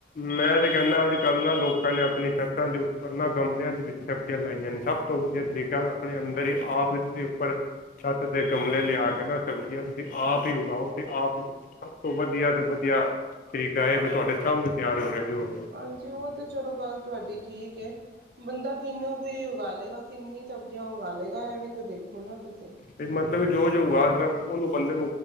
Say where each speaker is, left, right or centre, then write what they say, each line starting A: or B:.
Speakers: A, on the left; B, on the right.
A: ਮੈਂ ਤੇ ਕਹਿੰਦਾ ਅੱਜ ਕੱਲ੍ਹ ਨਾ ਲੋਕਾਂ ਨੇ ਆ ਆਪਣੀ ਛੱਤਾਂ ਦੇ ਉੱਪਰ ਨਾ ਗਮਲਿਆਂ ਦੇ ਵਿੱਚ ਸਬਜ਼ੀਆਂ ਲਾਈਆਂ ਨੇ ਸਭ ਤੋਂ ਵਧੀਆ ਤਰੀਕਾ ਆਪਣੇ ਅੰਦਰ ਹੀ ਆਪ ਹੀ ਤੁਸੀਂ ਉੱਪਰ ਛੱਤ ਤੇ ਗਮਲੇ ਲਿਆ ਕੇ ਨਾ ਸਬਜ਼ੀਆਂ ਤੁਸੀਂ ਆਪ ਹੀ ਉਗਾਓ। ਅਤੇ ਆਪ ਸਭ ਤੋਂ ਵਧੀਆ ਤੇ ਵਧੀਆ, ਠੀਕ ਆ ਇਹ ਵੀ ਤੁਹਾਡੇ ਸਾਹਮ ਤਿਆਰ ਹੋ ਰਿਹਾ। ਜੋ ਹੋ ਰਿਹਾ
B: ਹਾਂਜੀ ਉਹ ਤੇ ਚਲੋ ਗੱਲ ਤੁਹਾਡੀ, ਠੀਕ ਏ ਬੰਦਾ ਕਿਹਨੂੰ ਕੋਈ ਉਗਾ ਲਏਗਾ ਕਿੰਨੀ ਸਬਜ਼ੀਆਂ ਉਗਾ ਲਏਗਾ ਇਹ ਵੀ ਤਾਂ ਦੇਖੋ ਨਾ ਤਸ
A: ਤੇ ਮ ਮਤਲਬ ਜੋ-ਜੋ ਓਗਾ ਸਕਦਾ ਪਰ ਉਹਨੂੰ ਬੰਦਾ,